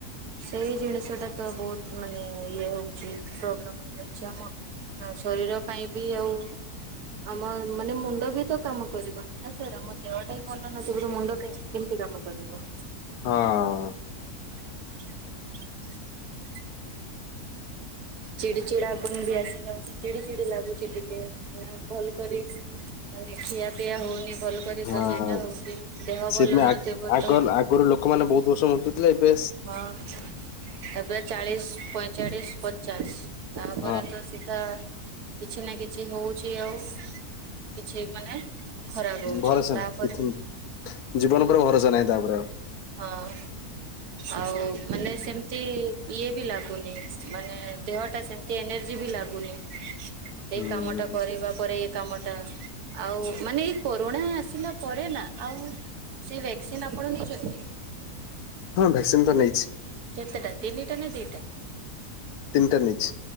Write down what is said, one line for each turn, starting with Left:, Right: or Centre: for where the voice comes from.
Right: ସେଇ ଜିନିଷଟା ତ ବହୁତ ମାନେ ଇଏ ହଉଛି ପ୍ରୋବ୍ଲେମ ହେଇଯାଉଛି ଆମ ଶରୀର ପାଇଁ ବି ଆଉ ଆମ ମାନେ ମୁଣ୍ଡ ବି ତ କାମ କରିବନି ନା ସାର୍ ଆମ ଦେହଟା ହି ଭଲ ନଥିବୋ ତେ ମୁଣ୍ଡ କହି କେମିତି କାମ କରିବ
Left: ହଁ
Right: <inaudible> ଚିଡି ଚିଡା ଆପଣଙ୍କୁ ବି ଆସି ଯାଉଛି ଚିଡି ଚିଡି ଲାଗୁଛି ଟିକେ ଭଲ କରି ମାନେ ଖିଆ ପିଆ ହଉନି ଭଲ କରି
Left: ହଁ
Right: ତ ସେଇଟା ହଉଛି ଦେହ
Left: ସେଦିନ
Right: ଭଲ ନଥିବ
Left: ଆଗ ଆଗ
Right: ତ
Left: ଆଗରୁ ଲୋକମାନେ ବହୁତ ବର୍ଷ ବଞ୍ଚୁଥିଲେ ଏବେ
Right: ହଁ ଏବେ ଚାଳିଶ ପଇ ଚାଳିଶ ପ ଚାଳିଷ ତାପରେ
Left: ହଁ
Right: ତ ସିଧା କିଛି ନା କିଛି ହଉଛି ଆଉ କିଛି ମାନେ ଖରାପ ହଉଛି
Left: ଭରସା
Right: ତାପରେ
Left: ନାହିଁ କିଛି ଜୀବନ ଉପରେ ଭରସା ନାହିଁ ତାପରେ ଆଉ
Right: ହଁ ଆଉ ମାନେ ସେମତି ଇଏ ବି ଲାଗୁନି ମାନେ ଦେହଟା ସେମତି ଏନର୍ଜି ବି ଲାଗୁନି।
Left: ହୁଁ।
Right: ଏଇ କାମଟା କରିବା ପରେ ଏଇ କାମଟା। ଆଉ ମାନେ ଏଇ କୋରୋଣା ଆସିଲା ପରେ ନା ଆଉ ସେ ଭ୍ୟାକ୍ସିନ୍ ଆପଣ ନେଇଛନ୍ତି?
Left: ହଁ ଭ୍ୟାକ୍ସିନ୍ ତ ନେଇଛି।
Right: କେତେଟା ତିନିଟା ନା ଦିଟା?
Left: ତିନିଟା ନେଇଛି